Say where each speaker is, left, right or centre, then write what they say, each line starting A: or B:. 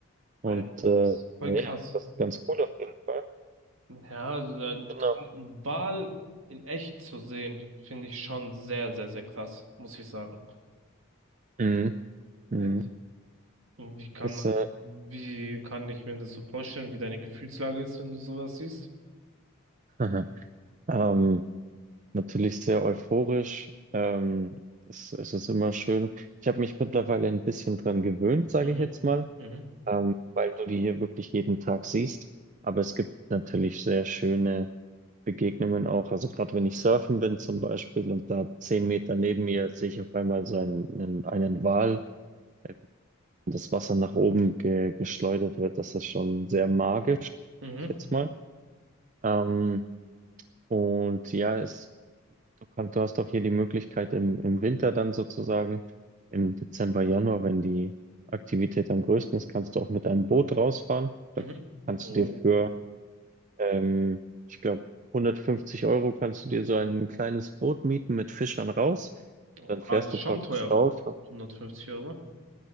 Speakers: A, on the right; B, on the right.
A: Alter,
B: und äh,
A: das ist voll
B: ja,
A: krass.
B: das ist ganz cool auf jeden Fall.
A: Ja, also, äh,
B: Genau.
A: krass, einen Wal in echt zu sehen, finde ich schon sehr, sehr, sehr krass, muss ich sagen.
B: Mhm. Mhm.
A: Echt? Und Wie kann
B: Ist,
A: man,
B: äh,
A: wie kann ich mir das so vorstellen, wie deine Gefühlslage ist, wenn du sowas siehst?
B: <laughs> ähm, natürlich sehr euphorisch. Ähm, es, es ist immer schön. Ich habe mich mittlerweile ein bisschen dran gewöhnt, sage
A: Mhm.
B: ich jetzt mal,
A: Mhm.
B: ähm, weil du die hier wirklich jeden Tag siehst. Aber es gibt natürlich sehr schöne Begegnungen auch. Also gerade wenn ich surfen bin zum Beispiel und da zehn Meter neben mir sehe ich auf einmal so einen, einen, einen Wal, äh, wie das Wasser nach oben ge, geschleudert wird. Das ist schon sehr magisch, sag
A: Mhm.
B: ich jetzt mal. Ähm, und ja, es Du kannst, du hast auch hier die Möglichkeit im, im Winter dann sozusagen, im Dezember, Januar, wenn die Aktivität am größten ist, kannst du auch mit einem Boot rausfahren. Da
A: Mhm.
B: kannst
A: Oh,
B: du dir für, ähm, ich glaube, 150 Euro kannst du dir so ein kleines Boot mieten mit Fischern raus. Und
A: oh,
B: dann fährst
A: also schon
B: du praktisch
A: teuer.
B: raus.
A: hundertfünfzig Euro?